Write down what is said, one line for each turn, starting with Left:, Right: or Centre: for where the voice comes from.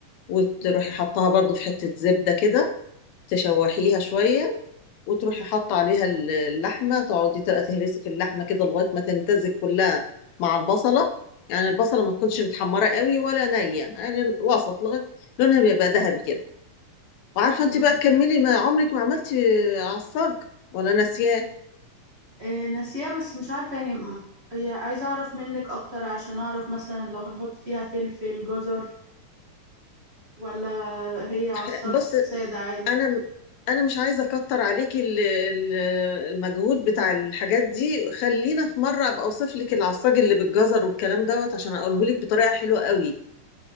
Left: وتروحي
Right: مم.
Left: حطها برضو في حته زبده كده تشوحيها شويه وتروحي حاطه عليها اللحمه تقعدي تبقى تهرسي في اللحمه كده لغايه ما تمتزج كلها مع البصله يعني البصله ما تكونش متحمره قوي ولا نيه يعني وسط لغايه لونها بيبقى ذهبي كده وعارفه انت
Right: تمام
Left: بقى تكملي ما عمرك ما عملتي عصاج ولا ناسياه
Right: أه ناسيها بس مش عارفة يعني م- هي عايزة أعرف منك أكتر عشان أعرف مثلا لو هنحط فيها فلفل جزر ولا هي
Left: <laughs>
Right: عصاج
Left: بص
Right: سادة عادي
Left: انا انا مش عايزه اكتر عليكي ال- ال- المجهود بتاع الحاجات دي خلينا في مره ابقى اوصف لك العصاج اللي بالجزر والكلام دوت عشان اقوله لك بطريقه حلوه قوي